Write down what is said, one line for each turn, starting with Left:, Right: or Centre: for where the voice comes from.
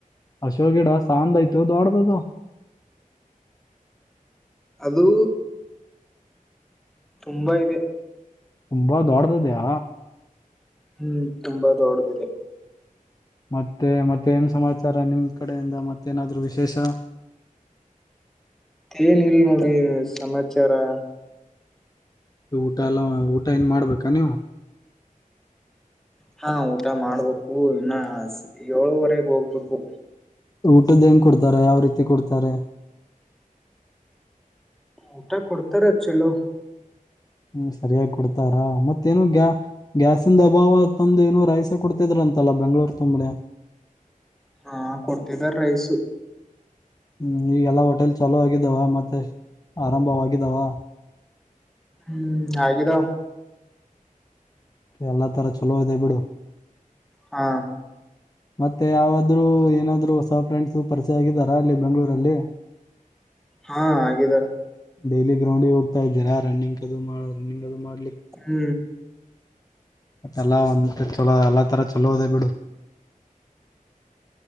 Left: ಅಶೋ ಗಿಡ ಸಾಂದ್ ಆಯ್ತೊ ದೊಡ್ದ ಇದೊ.
Centre: ಅದೂ ತುಂಬಾ ಇದೆ.
Left: ತುಂಬಾ ದೊಡ್ಡದ ಇದ್ಯಾ
Centre: ಹ್ಮ್ ತುಂಬಾ ದೊಡದಿದೆ
Left: ಮತ್ತೆ ಮತ್ತೆ ಏನ್ ಸಮಾಚಾರಾ ನಿಮ್ ಕಡೆಯಿಂದ ಮತ್ತೇಏನಾದ್ರು ವಿಶೇಷಾ.
Centre: ಏನ ಇಲ್ಲ ನೋಡ್ರಿ ಸಮಾಚಾರಾ
Left: ಊಟ ಎಲ್ಲ ಊಟ ಇನ್ ಮಾಡ್ಬೇಕಾ ನೀವು
Centre: ಹಾ ಊಟ ಮಾಡ್ಬೇಕು ಇನ್ನ ಏಳುವರೆಗ್ ಹೋಗ್ಬೇಕು
Left: ಊಟದ ಹೆಂಗ್ ಕೊಡ್ತಾರೆ ಯಾವ ರೀತಿ ಕೊಡ್ತಾರೆ.
Centre: ಊಟಾ ಕೊಡ್ತಾರೆ ಚಲೋ.
Left: ಹ್ಮ್ ಸರಿಯಾಗಿ ಕೊಡ್ತಾರಾ ಮತ್ತೇನು ಗ್ಯಾ ಗ್ಯಾಸಂದ ಅಭಾವ ತಂದು ಏನು ರಾಯಸ ಕೊಡ್ತಿದ್ರ ಅಂತಲ್ಲ ಬೆಂಗ್ಳೂರು ತುಂಬ್ರೆಲಾ
Centre: ಹಾ ಕೊಡ್ತಿದ್ದಾರ ರೈಸು
Left: ಹ್ಮ್ ಈಗೆಲ್ಲ ಹೋಟೆಲ್ ಚಲೋ ಆಗಿದ್ದಾವ ಮತ್ತೆ ಆರಂಭವಾಗಿದ್ದಾವಾ.
Centre: ಹ್ಮ್ ಆಗಿದಾವ
Left: ಎಲ್ಲಾ ತರಾ ಚಲೋ ಅದಿ ಬಿಡು
Centre: ಹಾ
Left: ಮತ್ತೆ ಯಾವುದಾದ್ರೂ ಏನಾದ್ರು ಹೊಸ ಫ್ರೆಂಡ್ಸ್ ಪರಿಚಯ ಆಗಿದಾರಾ ಅಲ್ಲಿ ಬೆಂಗಳೂರಲ್ಲಿ
Centre: ಹಾ ಆಗಿದಾರ
Left: ಡೈಲಿ ಗ್ರೌಂಡ್ಗೆ ಹೋಗ್ತಾ ಇದೀರ ರನ್ನಿಂಗ್ ಅದು ಮಾಡ ರನ್ನಿಂಗ್ ಅದು ಮಾಡ
Centre: ಹ್ಮ್
Left: ಮತ್ತೆಲ್ಲ ಒಂದ ಚಲೋ ಎಲ್ಲಾ ತರ ಚಲೋ ಅದಿ ಬಿಡು